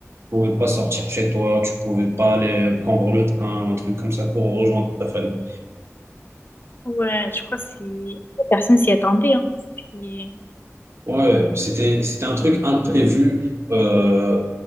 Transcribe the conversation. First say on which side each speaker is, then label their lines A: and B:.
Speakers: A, on the right; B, on the left.
A: pouvais pas sortir chez toi, tu pouvais pas aller euh, prendre le train, un truc comme ça pour rejoindre ta famille.
B: Ouais, je crois que c'est. Personne s'y attendait, hein. Puis-
A: Ouais, c'était, c'était un truc imprévu, euh,